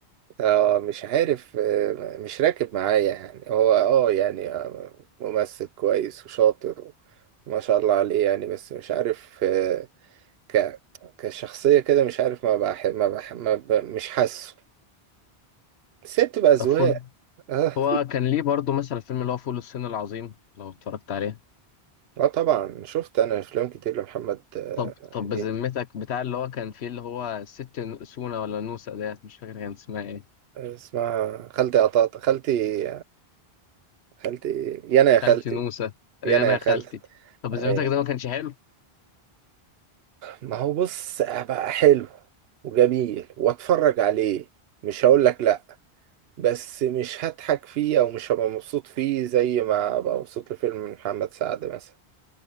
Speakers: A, on the right; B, on the left.
A: اه مش عارف آه، مش راكب معايا يعني هو اه يعني آه، ممثل كويس وشاطر ما شاء الله عليه يعني بس مش عارف آه، ك كشخصية كده مش عارف ما بح... ما, بح... ما ب... مش حاسه بس هي بتبقى أذواق
B: طب فول
A: اه
B: هو كان ليه برضه مثلا الفيلم اللي هو فول الصين العظيم لو اتفرجت عليه
A: آه طبعا شفت أنا أفلام كتير لمحمد آه،
B: طب طب بذمتك
A: هنيدي
B: بتاع اللي هو كان فيه اللي هو الست نو- سونا ولا نوسة ديت مش فاكر كان اسمها ايه
A: اسمها خالتي قطاطة خالتي خالتي ايه يا انا
B: خالتي
A: يا خالتي
B: نوسة
A: يا
B: ايه
A: انا
B: انا
A: يا
B: يا
A: خالتي
B: خالتي طب بذمتك
A: ايه
B: ده ما كانش حلو
A: ما هو بص بقى حلو وجميل واتفرج عليه مش هقول لك لا بس مش هضحك فيه او مش هبقى مبسوط فيه زي ما ابقى مبسوط لفيلم محمد سعد مثلا